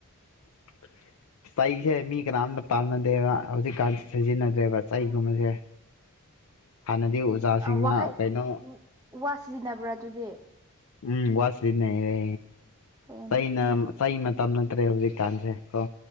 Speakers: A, on the left; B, on the right.
A: <unintelligible> ꯆꯩꯁꯦ ꯃꯤ ꯀꯅꯥꯝꯇ ꯄꯥꯝꯅꯗꯦꯕ ꯍꯧꯖꯤꯛꯀꯥꯟ ꯁꯤꯖꯤꯟꯅꯗ꯭ꯔꯦꯕ ꯆꯩꯒꯨꯝꯕꯁꯦ ꯍꯥꯟꯅꯗꯤ ꯑꯣꯖꯥꯁꯤꯡꯅ
B: ꯋꯥꯍꯩ
A: ꯀꯩꯅꯣ
B: ꯋꯥ ꯁꯤꯖꯤꯟꯅꯕ꯭ꯔꯥ ꯑꯗꯨꯗꯤ
A: ꯎꯝ ꯋꯥꯠꯁꯤꯗꯤꯟꯅꯩꯔꯦ
B: ꯐꯩꯅꯦ
A: ꯆꯩꯅ ꯆꯩ ꯃꯇꯝ ꯅꯠꯇ꯭ꯔꯦ ꯍꯧꯖꯤꯛꯀꯥꯟꯁꯦ ꯀꯣ